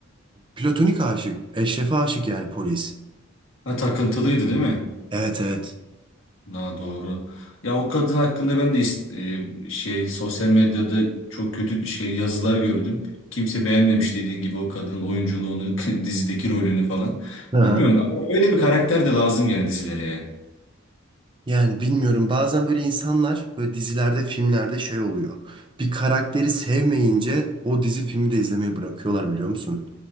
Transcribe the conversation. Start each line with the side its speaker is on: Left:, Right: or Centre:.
Right: platonik aşık. Eşref'e aşık yani polis.
Left: Ha takıntılıydı değil mi?
Right: Evet evet.
Left: Daha doğru. Ya o kadın hakkında ben de is- e, şey sosyal medyada çok kötü şey yazılar gördüm. Kimse beğenmemiş dediğin gibi o kadının oyunculuğunu, <laughs> dizideki rolünü falan.
Right: Hı hı.
Left: Bilmiyorum ama öyle bir karakter de lazım gene dizilere ya.
Right: Yani bilmiyorum bazen böyle insanlar böyle dizilerde filmlerde şey oluyor. Bir karakteri sevmeyince o dizi filmi de izlemeyi bırakıyorlar biliyor musun?